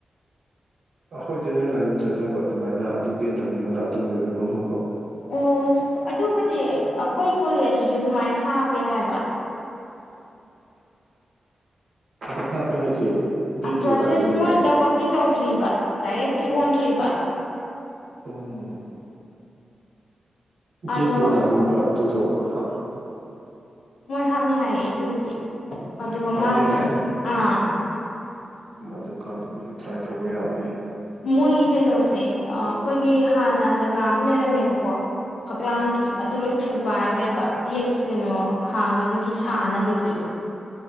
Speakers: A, on the right; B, on the left.
A: ꯑꯈꯣꯏ ꯖꯦꯅꯦꯔꯦꯜ ꯂꯥꯏꯟ ꯑꯃꯝ ꯆꯠꯆꯕ ꯑꯗꯨꯃꯥꯏꯅ ꯑꯗꯨ ꯒꯦꯠ ꯇꯝꯅꯤꯡꯕꯅ ꯑꯗꯣꯝꯒꯤꯗꯨꯗ ꯄꯨꯜꯍꯧꯕ
B: ꯑꯣ ꯑꯗꯨꯕꯨꯗꯤ ꯑꯩꯈꯣꯏ ꯀꯣꯂꯦꯖꯁꯤꯁꯨ ꯑꯗꯨꯃꯥꯏꯅ ꯍꯥꯞꯄꯦ ꯍꯥꯏꯕ
A: ꯎꯝꯗ ꯍꯥꯞꯄꯦ ꯍꯥꯏꯁꯦ ꯚꯦꯠꯀꯤ
B: ꯄ꯭ꯔꯣꯁꯦꯁ
A: ꯑꯣꯖꯥꯗꯤ ꯂꯩꯔꯕ꯭ꯔꯣ
B: ꯃꯣꯏ ꯊꯕꯛꯇꯤ ꯇꯧꯗ꯭ꯔꯤꯕ ꯗꯥꯏꯔꯦꯛ ꯇꯤ ꯑꯣꯟꯗ꯭ꯔꯤꯕ
A: ꯎꯝ ꯕꯤꯦꯛꯀꯤ
B: ꯑꯗꯣ
A: ꯑꯣꯖꯥꯒꯨꯝꯕ ꯑꯗꯨꯗꯣ ꯍꯥ
B: ꯃꯣꯏ ꯍꯥꯞꯅꯤ ꯍꯥꯏꯌꯦ ꯑꯗꯨꯕꯨꯗꯤ ꯑꯗꯨ ꯀ
A: ꯍꯥꯞꯅꯤ
B: ꯃꯥꯒꯤ
A: ꯍꯥꯏꯌꯦ
B: ꯑꯥ
A: ꯎꯝ ꯑꯗꯨꯀꯥꯟꯗ ꯑꯩꯈꯣꯏꯁꯨ ꯇ꯭ꯔꯥꯏ ꯇꯧꯕ ꯌꯥꯕ꯭ꯔ
B: ꯃꯣꯏꯒꯤ ꯀꯩꯅꯣꯁꯦ ꯑꯩꯈꯣꯏꯒꯤ ꯍꯥꯟꯅ ꯖꯒꯥ ꯑꯃ ꯂꯩꯔꯝꯃꯦꯕꯀꯣ ꯐꯛꯂꯥꯡꯒꯤ ꯑꯗꯨ ꯂꯣꯏ ꯊꯨꯒꯥꯏꯈ꯭ꯔꯦꯕ ꯕꯦꯠꯀꯤ ꯀꯩꯅꯣ ꯍꯥꯡꯅꯕꯒꯤ ꯁꯥꯅꯕꯒꯤ